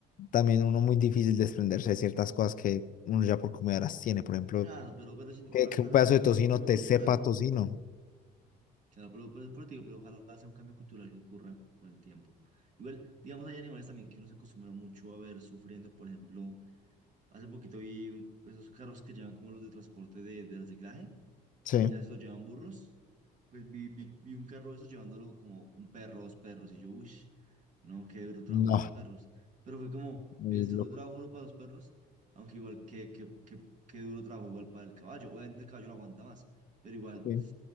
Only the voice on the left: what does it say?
también uno muy difícil desprenderse de ciertas cosas que uno ya por comida las tiene, por ejemplo,
que, que
un pedazo
de tocino
te
sepa a tocino.
Sí.
No,
muy
loco.
sí